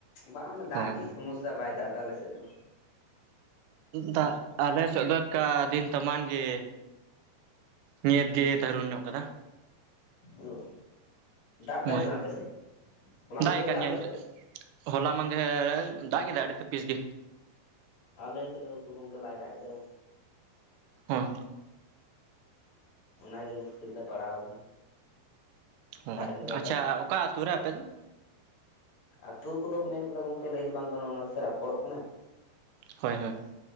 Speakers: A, on the left; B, on the right.
A: ᱵᱟᱝ ᱚᱱᱟ ᱫᱟᱜ
B: ᱦᱳᱭ
A: ᱜᱮ ᱢᱚᱡᱽ ᱪᱤᱫᱟᱜ ᱵᱟᱭ ᱫᱟᱜ ᱫᱟ ᱟᱞᱮ ᱥᱮᱫ ᱫᱚ?
B: ᱫᱟᱜ ᱟᱞᱮ ᱥᱮᱫ ᱫᱚ ᱮᱠᱟ ᱫᱤᱱ ᱛᱟᱢᱟᱱ ᱜᱮ᱾ ᱱᱮᱛ ᱜᱮ ᱫᱟᱨᱩᱱ ᱧᱚᱜ ᱠᱟᱫᱟ᱾
A: ᱟᱫᱚ ᱫᱟᱜ ᱮᱫᱟᱭ
B: ᱱᱚᱜᱼᱚᱭ
A: ᱥᱮ ᱟᱯᱮᱥᱮᱫ, ᱦᱚᱞᱟ ᱢᱚᱫᱽᱫᱷᱮ
B: ᱮᱜ
A: ᱨᱮ
B: ᱠᱟᱱ
A: ᱫᱟᱜ
B: ᱜᱮᱭᱟ
A: ᱞᱮᱫᱟᱭ
B: ᱱᱤᱛᱚᱜ
A: ᱥᱮᱵᱟᱝ?
B: ᱦᱚᱞᱟ ᱢᱟᱫᱷᱮᱨ ᱨᱮ ᱫᱟᱜ ᱜᱮᱫᱟᱭ ᱟᱹᱰᱤ ᱛᱟᱹ ᱯᱤᱥ ᱜᱮ᱾
A: ᱟᱞᱮ ᱥᱮᱜ ᱫᱚ ᱩᱠᱩᱨ ᱜᱚᱝᱠᱮ ᱵᱟᱭ ᱫᱟᱜ ᱮᱜ ᱫᱚ᱾
B: ᱦᱚᱸ
A: ᱚᱱᱟᱜᱮ ᱢᱩᱥᱠᱤᱞ ᱨᱞᱮ ᱯᱟᱲᱟᱣ ᱟᱠᱟᱱᱟ᱾
B: ᱚ
A: ᱫᱟᱜ ᱜᱮ ᱵᱟᱭ
B: ᱟᱪᱪᱷᱟ
A: ᱫᱟᱜ ᱮᱫᱟ᱾
B: ᱚᱠᱟ ᱟᱛᱩ ᱨᱮ ᱟᱯᱮ ᱫᱚ?
A: ᱟᱛᱩ ᱠᱚᱫᱚ ᱠᱚ ᱢᱮᱱ ᱠᱮᱫᱟ ᱜᱚᱝᱠᱮ ᱞᱟᱹᱭ ᱫᱚ ᱵᱟᱝ ᱜᱟᱱᱚᱜ-ᱟ ᱚᱱᱟᱛᱮ ᱥᱟᱨᱟ ᱠᱚ ᱨᱚᱯᱲᱚᱜ ᱠᱟᱱᱟ᱾
B: ᱦᱚᱭ ᱦᱚᱭ᱾